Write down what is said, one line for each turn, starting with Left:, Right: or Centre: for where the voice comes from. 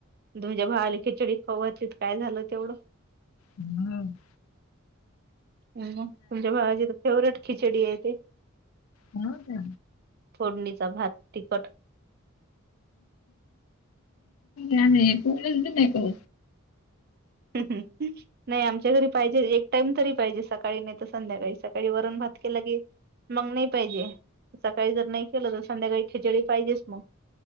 Right: तुमजे भावाली खिचडी खावाचीत काय झालं तेवढं.
Left: हम.
Right: हम् तुमच्या भावाची तर फेवरेट खिचडी आहे ते.
Left: हो का.
Right: फोडणीचा भात तिखट.
Left: ह नाही.
Right: ह ह. नाही आमच्या घरी पाहिजे एक टाइम तरी पाहिजे सकाळी नाही तर संध्याकाळी सकाळी वरण भात केला के. मग नाही पाहिजे सकाळी जर नाही केलं तर संध्याकाळी खिचडी पाहिजेच मग.